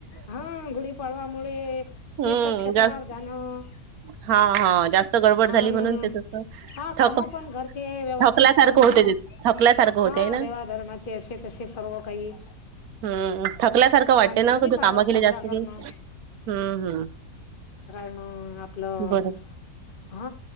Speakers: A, on the left (about 35°); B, on the right (about 70°).
A: हा गुढीपाडवामुळे
B: हम्म
A: तीर्थक्षेत्रावर
B: जास्त
A: जाणं.
B: हा हा जास्त. गडबड
A: हा
B: झाली
A: ना
B: म्हणून ते तसं
A: हा
B: थक
A: काम पणघरची व्यवस्थित
B: थकल्यासारखं
A: करणं.
B: होते ते थकल्यासारखं होतय
A: हा
B: ना
A: देवाधर्माचे असे तसे सर्व काही.
B: हम्म थकल्यासारखं
A: आणि
B: वाटतेना
A: गुढीपाडवा
B: का तू काम केली
A: साजरा
B: जास्त
A: करणं
B: की?. हम्म हम्म...
A: ह्म आपलं
B: बरोबर
A: हा